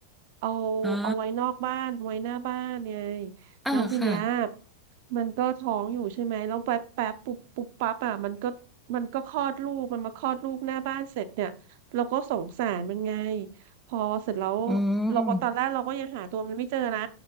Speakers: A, on the right; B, in the centre.
A: เอา
B: อ่า
A: เอาไว้นอกบ้านไว้หน้าบ้านไง
B: เออค่ะ
A: แล้วทีเนี้ยมันก็ท้องอยู่ใช่ไหมแล้วแป๊บแป๊บปุ๊บปุ๊บปั๊บอ่ะมันก็มันก็คลอดลูกมันมาคลอดลูกหน้าบ้านเสร็จเนี่ยเราก็สงสารมันไงพอเสร็จแล้ว
B: อืม
A: เราก็ตอนแรกเราก็ยังหาตัวมันไม่เจอนะ